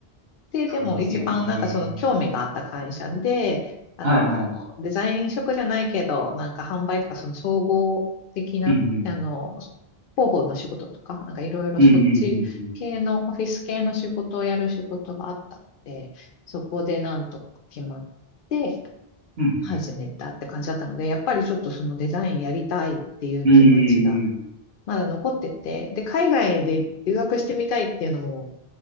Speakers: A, on the left (about 60°); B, on the right (about 70°).
A: で、
B: そうですよね。
A: でも一番なんかその興味があった会社で、あの、
B: はいはい。
A: デザイン職じゃないけど、なんか販売とかその総合的な、
B: うんうん。
A: あの、広報の仕事とか、なんかいろいろそっち系の、
B: うんうんうんうん。
A: オフィス系の仕事をやる仕事があったので、そこでなんとか決まって
B: うんうん
A: 始めたって感じだったので、やっぱりちょっとそのデザインやりたいっていう気持ちが
B: うんうんうん。
A: まだ残ってて、で、海外で留学してみたいっていうのも